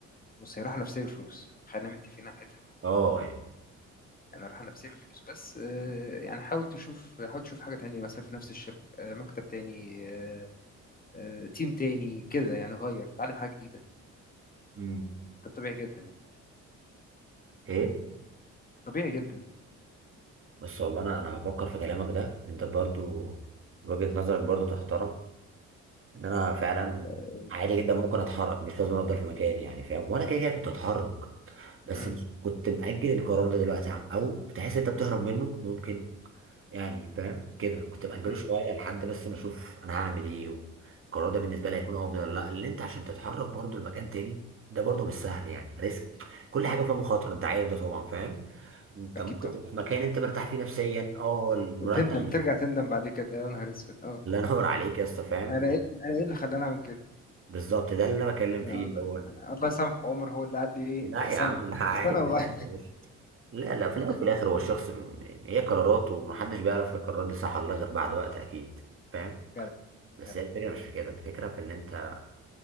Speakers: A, on the left; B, on the right.
A: بص هي راحه نفسيه بفلوس خلينا متفقين على الحته دي
B: اه يعني
A: يعني راحه نفسيه بفلوس بس آه، يعني حاول تشوف حاول تشوف حاجه تانية مثلا في نفس الشركه آه، مكتب تاني آه، آه، تيم تاني كده يعني غير اتعلم حاجه جديده
B: امم
A: ده طبيعي جدا يعني
B: ايه
A: طبيعي جدا
B: بس والله انا انا هفكر في كلامك ده انت برضه وجهه نظرك برضه تحترم ان انا فعلا
A: مم.
B: عادي جدا ممكن اتحرك مش لازم افضل في مكاني يعني فاهم وانا كده كده كنت اتحرك بس
A: مم.
B: مش كنت مأجل القرار ده دلوقتي ع- او تحس انت بتهرب منه ممكن يعني فاهم كده كنت مأجله
A: مم.
B: شويه لحد بس ما اشوف انا هعمل ايه والقرار ده بالنسبه لي هيكون افضل ولا لا لان انت عشان تتحرك برضو لمكان تاني ده برضو مش سهل يعني ريسك كل حاجه فيها مخاطره انت عارف ده طبعا فاهم انت
A: اكيد
B: ممكن
A: طبعا
B: تبقى في مكان انت مرتاح فيه نفسيا اه المرتب
A: تندم
B: مش-
A: ترجع تندم بعد كده يا نهار اسود اه
B: الله ينور عليك يا اسطى فاهم
A: انا ايه انا ايه اللي خلاني اعمل كده
B: بالظبط ده اللي انا بكلم
A: آه،
B: فيه اللي هو
A: الله يسامحه عمر هو اللي قال لي ايه
B: لا يا
A: سنه
B: عم لا عادي
A: سنه
B: عادي
A: وغير
B: يا باشا. لا لا في الاول وفي الاخر
A: <laughs>
B: هو الشخص م- يعني هي قراراته ومحدش بيعرف القرارات دي صح ولا لا غير بعد وقت اكيد فاهم
A: جدع
B: بس
A: جدع
B: هي الفكره مش في كده الفكره في ان انت